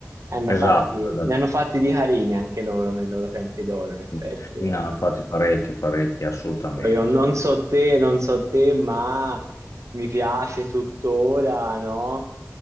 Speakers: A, on the right; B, on the left.
A: hanno
B: esatto,
A: fatti-
B: esatto.
A: ne hanno fatti di carini anche loro nei loro tempi d'oro, in effetti.
B: Sì,
A: eh.
B: ne hanno fatti parecchi, parecchi, assolutamente,
A: Poi io non
B: guarda.
A: so te, non so te, ma mi piace tuttora, no?